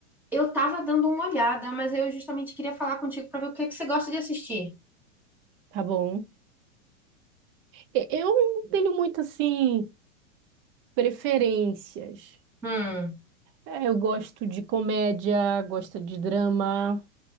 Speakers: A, in the centre; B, on the right.
A: eu tava dando uma olhada, mas eu justamente queria falar contigo pra ver o que que você gosta de assistir.
B: Tá bom. E- Eu não tenho muito assim preferências.
A: Hum.
B: É, eu gosto de comédia, gosto de drama.